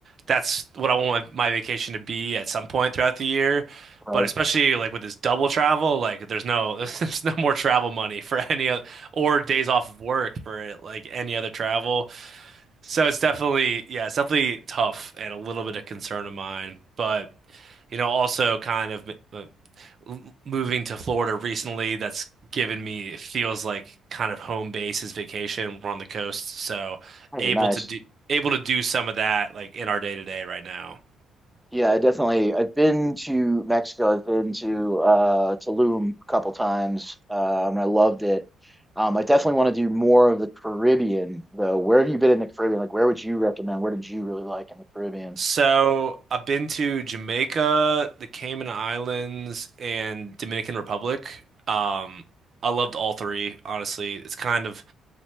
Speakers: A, on the right (about 50°); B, in the centre.
A: that's what I want my my vacation to be at some point throughout the year.
B: Right.
A: But especially like with this double travel, like there's no <laughs> there's no more travel money for any other or days off of work for it, like any other travel. So it's definitely yeah, it's definitely tough and a little bit of concern of mine. But you know, also kind of uh, m- moving to Florida recently, that's given me it feels like kind of home base is vacation. We're on the coast, so
B: Oh,
A: able
B: nice.
A: to do able to do some of that like in our day to day right now.
B: Yeah, I definitely. I've been to Mexico. I've been to uh, Tulum a couple times, um, and I loved it. Um, I definitely want to do more of the Caribbean, though. Where have you been in the Caribbean? Like, where would you recommend? Where did you really like in the Caribbean?
A: So I've been to Jamaica, the Cayman Islands, and Dominican Republic. Um, I loved all three, honestly. It's kind of